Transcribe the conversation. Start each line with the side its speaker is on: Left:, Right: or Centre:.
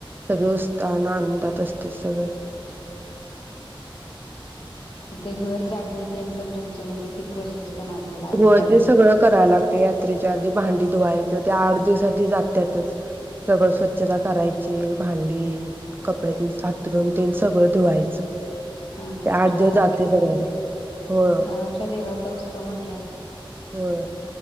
Right: सगळे उत्साहा आन आनंदात असते सगळे.
Left: ते घर झाडणे ते पण तुमच, म्हणजे ती प्रोसेस पण असेल आधी
Right: होय
Left: यात्रेच्या
Right: ते सगळं कराव लागते यात्रेच्या आधी भां धुवायच त्या आठ दिवस आधी लागत्यातच सगळं स्वच्छता करायची भांडी, कपडे, हातरून तेन सगळं धुवायचं.
Left: हाहा
Right: ते
Left: म्हणजे
Right: आठ
Left: गावात
Right: दिवस जाते सगळं होय
Left: गावाच्या देवाचा उत्सव म्हण
Right: होय